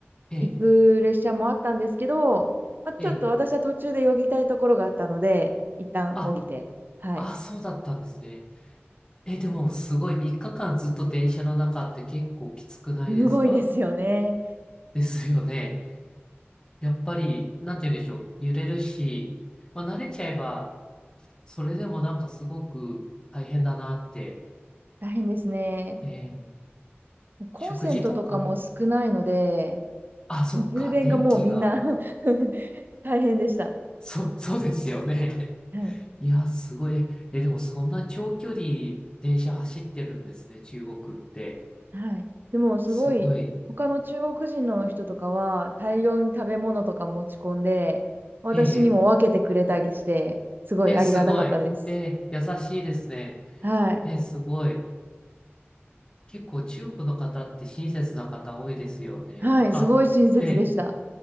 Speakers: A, on the left (about 20°); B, on the right (about 50°).
A: ええ、
B: 行く列車もあったんですけど、まあ、ちょっと私は途中でよぎたいところがあったので、
A: ええ、
B: 一旦降りて、
A: あ、
B: はい。
A: あ、そうだったんですね。え、でも、すごい、3日間ずっと電車の中って結構きつくないですか
B: すごいですよね。
A: ですよね。やっぱり、なんて言うんでしょう、揺れるし、まあ、慣れちゃえば、それでもなんかすごく大変だなって。
B: 大変ですね。
A: えー、
B: コンセントとかも少ないので、
A: 食事とかあ、そっか、
B: 充電がもうみんな
A: 電気が。
B: <laughs> 大変でした。
A: そ、<laughs> そうですよね。
B: はい。
A: <laughs> いや、すごい。え、でもそんな長距離電車走ってるんですね、中国って。
B: はい。でもすごい、
A: すごい。
B: 他の中国人の人とかは大量に食べ物とか持ち込んで、私にも分けてくれたりして、
A: ええ、
B: すごいありがたかったです。
A: え、すごい。え、優しいですね。
B: はい。
A: え、すごい。結構中国の方って親切な方多いですよね。
B: はい。
A: あ、
B: すごい親切でした。
A: え